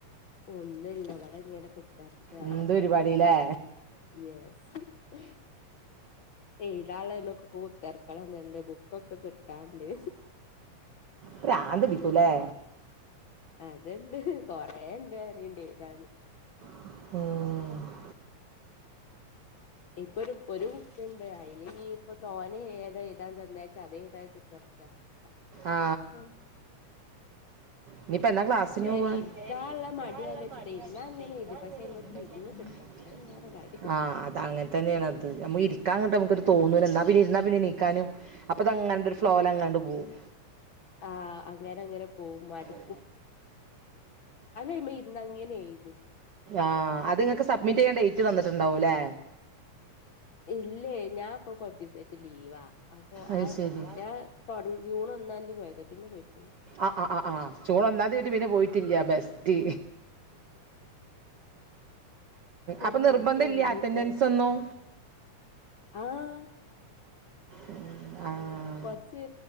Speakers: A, on the left; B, on the right.
A: ഒന്നും ഇല്ല വ്ടെ ഇങ്ങനെ കുത്തർക്കാ
B: എന്ത് പരിപാടിയില്ലേ
A: യെസ് ഹേഹ് എഴുതാൻള്ളത് മ്മക്ക് കൂത്തറ്ക്കല് വന്ന്ണ്ട് ബുക്കൊക്കെ കിട്ടാണ്ട്.
B: പ്രാന്ത് പിടിക്കും ലെ
A: അത്ണ്ട് കൊറേണ്ട് അറിണ്ട് എഴുതാന്.
B: ഉഹും
A: ഇപ്പൊ ഒരു ഒരു ബുക്ക്ണ്ട് അതില് ഇനിയിപ്പോ തോനെ ഏതാ എഴുതാൻ തന്ന അത് എഴുതാലും <unintelligible>
B: ആ
A: ഉം
B: ഇനി ഇപ്പൊ എന്നാ ക്ലാസ്
A: പക്ഷെ
B: സിനോവാ?
A: ഇരിക്കാള്ള
B: ഇര്കാന്ള്ള
A: മടി ആലോചിച്ചിട്ടെ
B: മടി
A: ഇരുന്നാ
B: ആണ്ന്ന്.
A: അങ്ങനെ
B: ഇരുന്നാങ്ങനെ
A: എഴുതും പക്ഷെ അയ്മക്ക്
B: എഴുതും പക്ഷെ
A: ഇരുന്ന്
B: അയ്മക്ക്
A: കിട്ടണം
B: ഒരുങ്ങി
A: അത്
B: കിട്ടണം
A: വേറെ കാര്യം
B: ആഹ് അത് അങ്ങനെ തന്നെയാണ് അത് നമ്മള് ഇരിക്കാങ്ങട്ട് നമുക്ക് തോന്നൂല ഇന്നാ പിന്നെ ഇരുന്നാ പിന്നെ നീ ക്കാനും അപ്പൊ അത് അങ്ങനെ ഒരു ഫ്ലോല് അങ്ങണ്ട് പോകും
A: ആ അങ്ങനെ അങ്ങനെ പോകും മടി
B: <unintelligible>
A: അയ്മെ ഇരുന്ന് അങ്ങനെ എഴുതും
B: ആ അത് ഇക്ക്‌ സബ്മിറ്റ് ചെയ്യാൻ ഡേറ്റ് തന്നിട്ടുണ്ടാവും ലേ
A: ഇല്ലേ ഞാൻ ഇപ്പോ കൊറ്ച്ചിസായിട്ട് ലീവാ അപ്പൊ
B: അത്
A: ആ
B: ശരി
A: ഞാൻ തൊട്ങ്ങി ജൂൺ ഒന്നാംതി പോയത് പിന്നെ പോയിട്ടില്ല.
B: അ അ അ ആഹ് ജൂൺ ഒന്നാം തീയതി പോയിട്ട് പിന്നെ പോയിട്ടില്ല്യ ബെസ്റ്റ്
A: ഒരു
B: അപ്പ
A: മാസം
B: നിർബന്ധില്ലൃ
A: കഴിഞ്ഞിപ്പോ
B: അറ്റൻഡൻസൊന്നും
A: ആഹ്
B: ഉം ആഹ്
A: കൊർച്ച്